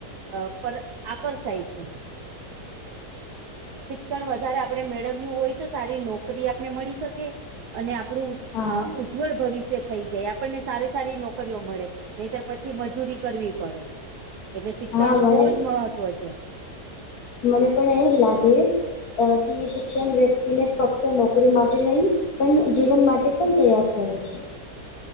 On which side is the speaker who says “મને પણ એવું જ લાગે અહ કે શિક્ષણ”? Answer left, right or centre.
Left